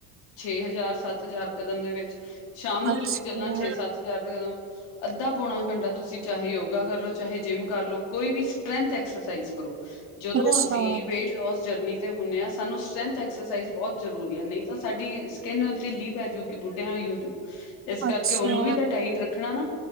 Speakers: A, on the left (about 80°); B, on the right (about 30°).
A: ਛੇ ਹਜ਼ਾਰ ਸੱਤ ਹਜ਼ਾਰ ਕਦਮ ਦੇ ਵਿੱਚ ਸ਼ਾਮ ਨੂੰ
B: ਅੱਛਾ
A: ਤੁਸੀਂ ਚੱਲਣਾ ਛੇ ਸੱਤ ਹਜ਼ਾਰ ਦੇ ਕਦਮ ਅੱਧਾ ਪਾਉਣਾ ਘੰਟਾ ਤੁਸੀਂ ਤੁਸੀਂ ਚਾਹੇ ਯੋਗਾ ਕਰਲੋ ਚਾਹੇ ਜਿੰਮ ਕਰ ਲੋ ਕੋਈ ਵੀ ਸਟਰੈਂਥ ਐਕਸਰਸਾਈਜ਼ ਕਰੋ ਜਦੋਂ
B: ਅੱਛਾ
A: ਅਸੀਂ ਲੋਸ ਜਰਨੀ ਤੇ ਹੁੰਦੇ ਹਾਂ ਸਾਨੂੰ ਸਟਰੈਂਥ ਐਕਸਰਸਾਈਜ਼ ਬਹੁਤ ਜ਼ਰੂਰੀ ਹੈ ਨਹੀਂ ਤਾਂ ਸਾਡੀ ਸਕਿੰਨ ਉਤੇ ਲੀਪ ਪੈ ਜਾੂਗੀ ਬੁੱਢਿਆਂ ਵਾਲੀ ਹੋਜੂ ਇਸ ਕਰਕੇ
B: ਅੱਛਾ
A: ਉਹਨੂੰ ਵੀ ਤਾਂ ਟਾਈਟ ਰੱਖਣਾ ਨਾ,